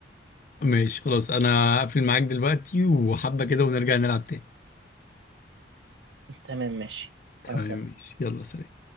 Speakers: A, on the left (about 45°); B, on the right (about 85°).
A: ماشي خلاص انا هقفل معاك دلوقتي وحبة كده ونرجع نلعب تاني
B: <laughs> تمام ماشي
A: تمام
B: مع السلامة.
A: ماشي يلا سلام